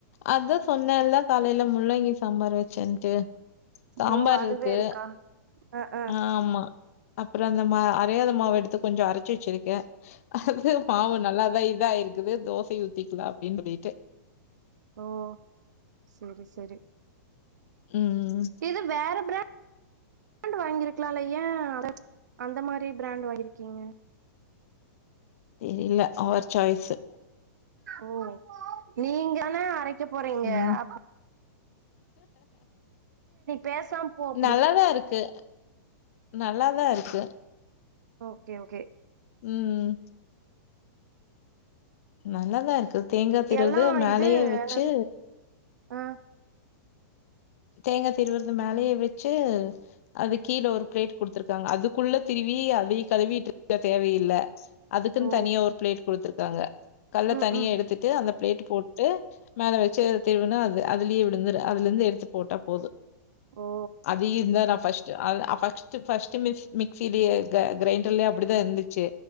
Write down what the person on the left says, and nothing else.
அத சொன்னல காலையில முள்ளங்கி சாம்பாரு வச்சான்ட்டு சாம்பார்
இருக்கு
ஆமா அப்பற அந்த மா அறையாத மாவ எடுத்து கொஞ்ச அரச்சு வச்சிருக்க அது மாவு நல்லாதா இதாயிருக்குது தோசயு ஊத்திக்கலா அப்டினு சொல்லிட்டு
ம்
தெரில அவர் சாய்ஸு
ம்
நல்லாதா இருக்கு நல்லாதா இருக்கு
ம் நல்லாதா இருக்கு தேங்கா திருவுறது
மேலயே
வச்சு
தேங்கா திருவுறது மேலய வச்சு அது கீழ ஒரு பிளேட் குடுத்திருகாங்க அதுக்குள்ள திருவி வி அதய கழுவிட்டுருக்க தேவயில்ல அதுக்குன்னு
தனியா ஒரு பிளேட் குடுத்துருக்காங்க கல்ல
தனியா
எடுத்துட்டு அந்த பிளேட் போட் ட்டு மேல வச்சு திருவுனா அது அதுலயே விழுந்துரு அதுலிருந்து எடுத்து போட்டா போது
அதையுந்தா நா ஃபர்ஸ்ட் ட்டு அது அ ஃபர்ஸ்ட்டு ஃபர்ஸ்ட்டு மிக்சி மிக்சிலே கிரைண்டர்ல அப்டிதா இருந்துச்சு